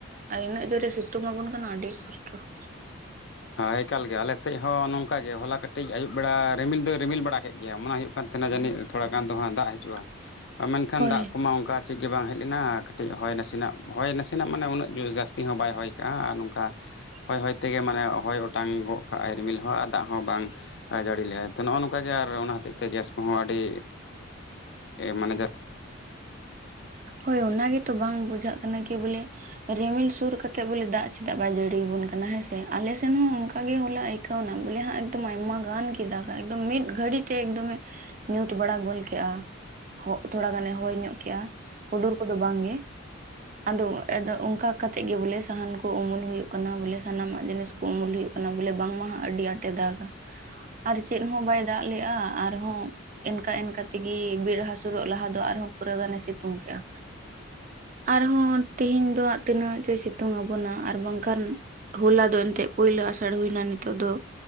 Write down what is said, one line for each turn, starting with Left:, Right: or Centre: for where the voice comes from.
Right: ᱟᱨ ᱤᱱᱟᱹᱜ ᱡᱳᱨᱮ ᱥᱤᱛᱩᱝ ᱟᱵᱚᱱ ᱠᱟᱱᱟ ᱟᱹᱰᱤ ᱠᱚᱥᱴᱚ ᱾
Left: ᱦᱚᱸ ᱮᱠᱟᱞ ᱜᱮ ᱟᱞᱮᱮᱥᱮᱫ ᱦᱚᱸ ᱱᱚᱝᱠᱟ ᱜᱮ ᱦᱚᱞᱟ ᱠᱟᱹᱴᱤᱡ ᱟᱹᱭᱩᱵ ᱵᱮᱲᱟ ᱨᱤᱢᱤᱞ ᱫᱚᱭ ᱨᱤᱢᱤᱞ ᱵᱟᱲᱟ ᱠᱮᱫ ᱜᱮᱭᱟ ᱢᱚᱱᱮ ᱦᱩᱭᱩᱜ ᱼᱼ ᱠᱟᱱ ᱛᱟᱦᱮᱱᱟ ᱡᱟᱹᱱᱤᱡ ᱛᱷᱚᱲᱟ ᱜᱟᱱ ᱫᱚ ᱦᱟᱜ ᱫᱟᱜ ᱦᱤᱡᱩᱜᱼᱟ
Right: <inaudible>
Left: ᱾ ᱟ ᱢᱮᱱᱠᱷᱟᱱ
Right: ᱦᱳᱭ
Left: ᱫᱟᱜ ᱠᱚᱢᱟ ᱚᱝᱠᱟ ᱪᱮᱜ ᱜᱮ ᱵᱟᱝ ᱦᱮᱡ ᱞᱮᱱᱟ ᱠᱟᱹᱴᱤᱡ ᱦᱚᱭ ᱱᱟᱥᱤᱱᱟᱜ ᱦᱚᱭ ᱱᱟᱥᱮᱱᱟᱜ ᱢᱟᱱᱮ ᱩᱱᱟᱹᱜ ᱡᱟᱹᱥᱛᱤ ᱦᱚᱸ ᱵᱟᱭ ᱦᱚᱭᱠᱟᱜ-ᱟ ᱟᱨ ᱱᱚᱝᱠᱟ
Right: <inaudible>
Left: ᱦᱚᱭ ᱦᱚᱭ ᱛᱮᱜᱮ ᱢᱟᱱᱮ ᱦᱚᱭ ᱚᱴᱟᱝᱜᱚᱜ ᱠᱟᱜ ᱟᱭ ᱨᱤᱢᱤᱞ ᱦᱚᱸ ᱟᱨ ᱫᱟᱜ ᱦᱚᱸ ᱵᱟᱝ ᱡᱟᱹᱲᱤ ᱞᱮ-ᱟ ᱛᱚ ᱱᱚᱜᱚ ᱱᱚᱠᱟᱜᱮ ᱜᱮ ᱟᱨ ᱚᱱᱟ ᱦᱚᱛᱮᱡ ᱛᱮ ᱜᱮᱥ ᱠᱚᱦᱚᱸ ᱟᱹᱰᱤ ᱢᱟᱱᱮ ᱡᱚ
Right: ᱦᱳᱭ ᱚᱱᱟᱜᱮᱛᱚ ᱵᱟᱝ ᱵᱩᱡᱷᱟᱜ ᱠᱟᱱᱟ ᱠᱤ ᱵᱚᱞᱮ ᱨᱤᱢᱤᱞ ᱥᱩᱨ ᱠᱟᱛᱮᱜ ᱵᱚᱞᱮ ᱫᱟᱜ ᱪᱮᱫᱟᱜ ᱵᱟᱭ ᱡᱟᱹᱲᱤᱭ ᱵᱚᱱ ᱠᱟᱱᱟ ᱦᱮᱸᱥᱮ ᱟᱞᱮᱥᱱ ᱦᱚᱸ ᱚᱝᱠᱟ ᱜᱮ ᱦᱚᱞᱟ ᱠᱷᱟᱣ ᱱᱟ ᱵᱚᱞᱮ ᱦᱟᱸᱜ ᱮᱫᱚᱢ ᱟᱭᱢᱟ ᱜᱟᱱ ᱜᱮ ᱫᱟᱜᱟ ᱮᱠᱫᱚᱢ ᱢᱤᱫ ᱜᱷᱟᱹᱲᱤ ᱛᱮ ᱮᱠᱫᱚᱢᱮ ᱧᱩᱛ ᱵᱟᱲᱟ ᱜᱚᱞ ᱠᱮᱜ-ᱟ ᱦᱚᱜ ᱛᱷᱚᱲᱟ ᱜᱟᱱᱮ ᱦᱚᱭ ᱧᱚᱜ ᱠᱮᱜ-ᱟ ᱦᱩᱰᱩᱨ ᱠᱚᱫᱚ ᱵᱟᱝ ᱜᱮ, ᱟᱫᱚ ᱮᱫ ᱚᱱᱠᱟ ᱠᱟᱛᱮᱜ ᱜᱮ ᱵᱚᱞᱮ ᱥᱟᱦᱟᱱ ᱠᱚ ᱩᱢᱩᱞ ᱦᱩᱭᱩᱜ ᱠᱟᱱᱟ ᱵᱚᱞᱮ ᱥᱟᱱᱟᱢᱟᱜ ᱡᱤᱱᱤᱥ ᱠᱚ ᱩᱢᱩᱞ ᱦᱩᱭᱩᱜ ᱠᱟᱱᱟ ᱵᱚᱞᱮ ᱵᱟᱝᱢᱟ ᱦᱟᱸᱜ ᱟᱹᱰᱤ ᱟᱸᱴᱮ ᱫᱟᱜᱟ ᱟᱨ ᱪᱮᱫ ᱦᱚᱸ ᱵᱟᱭ ᱫᱟᱜ ᱞᱮᱫ-ᱟ ᱟᱨᱦᱚᱸ ᱤᱱᱠᱟ ᱤᱱᱠᱟ ᱛᱤᱜᱤ ᱵᱮᱨ ᱦᱟᱹᱥᱩᱨᱚᱜ ᱞᱟᱦᱟ ᱫᱚ ᱟᱨᱦᱚᱸ ᱯᱩᱨᱟᱹ ᱜᱟᱱᱮ ᱥᱤᱛᱩᱝ ᱠᱮᱜ-ᱟ᱾ ᱟᱨᱦᱚᱸ ᱛᱤᱦᱤᱧ ᱫᱚ ᱟ ᱛᱤᱱᱟᱹᱜ ᱪᱚᱭ ᱥᱤᱛᱩᱝ ᱟᱵᱚᱱᱟ ᱟᱨ ᱵᱟᱝᱠᱷᱟᱱ ᱦᱳᱞᱟ ᱫᱚ ᱮᱱᱛᱮᱜ ᱯᱳᱭᱞᱚ ᱟᱥᱟᱲ ᱦᱩᱭ ᱱᱟ ᱱᱤᱛᱚᱜ ᱫᱚ